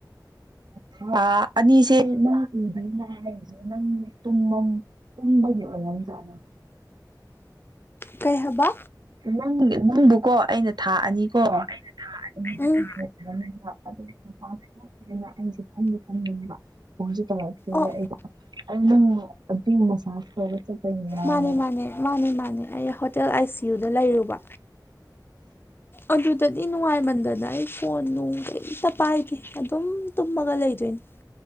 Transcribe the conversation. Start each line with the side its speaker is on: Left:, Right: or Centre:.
Right: ꯊꯥ ꯑꯅꯤꯁꯦ ꯅꯪ ꯎꯗꯦꯅꯦ ꯍꯥꯏꯖꯦ ꯅꯪ ꯇꯨꯝꯃꯝ ꯇꯨꯝꯕꯒꯤ ꯑꯣꯏꯔꯝꯖꯥꯠꯅꯦ
Left: ꯀꯩ ꯍꯥꯏꯕ
Right: ꯅꯪ ꯅꯪꯕꯨꯀꯣ ꯑꯩꯅ ꯊꯥ ꯑꯅꯤꯀꯣ ꯑꯩꯅ ꯊꯥ ꯑꯅꯤ <unintelligible>
Left: ꯎꯝ
Right: ꯑꯗꯨ ꯃꯄꯥꯟꯁꯨ ꯊꯣꯛꯇꯦꯅ ꯑꯩꯖꯦ ꯈꯟꯗꯤ ꯈꯟꯕꯅꯦꯕ ꯀꯣꯜꯖꯨ ꯇꯧꯔꯛꯇꯦ
Left: ꯑꯣ
Right: ꯑꯩꯗꯣ ꯑꯩꯅ ꯑꯗꯨ ꯃꯁꯥꯥꯁ ꯇꯧꯕ ꯆꯠ ꯗꯣ ꯌꯥꯝꯅ
Left: ꯃꯥꯅꯦ ꯃꯥꯅꯦ ꯃꯥꯅꯦ ꯃꯥꯅꯦ ꯑꯩ ꯍꯣꯇꯦꯜ ꯑꯥꯏ ꯁꯤ ꯌꯨꯗ ꯂꯩꯔꯨꯕ ꯑꯗꯨꯗꯒꯤ ꯅꯨꯡꯉꯥꯏ ꯃꯟꯗꯅ ꯑꯩ ꯐꯣꯟ ꯅꯨꯡ ꯀꯩꯝꯇ ꯄꯥꯏꯗꯦ ꯑꯗꯨꯝ ꯇꯨꯝꯃꯒ ꯂꯩꯗꯣꯏꯅꯤ